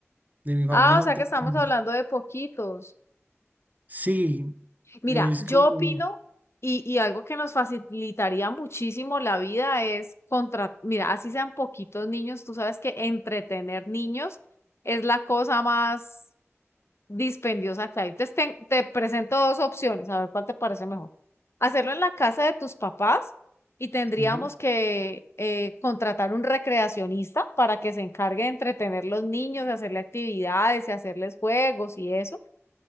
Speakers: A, on the right; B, on the left.
A: de mi familia
B: Ah, o
A: son
B: sea
A: tres
B: que estamos
A: niños.
B: hablando de poquitos.
A: Sí,
B: Mira,
A: es
B: yo
A: como,
B: opino y, y algo que nos facilitaría muchísimo la vida es contra, mira, así sean poquitos niños, tú sabes que entretener niños es la cosa más dispendiosa que hay. Entonces te, te presento dos opciones, a ver cuál te parece mejor. Hacerlo en la casa de tus papás y tendríamos
A: sí,
B: que eh, contratar un recreacionista para que se encargue de entretener los niños, de hacerle actividades y hacerles juegos y eso.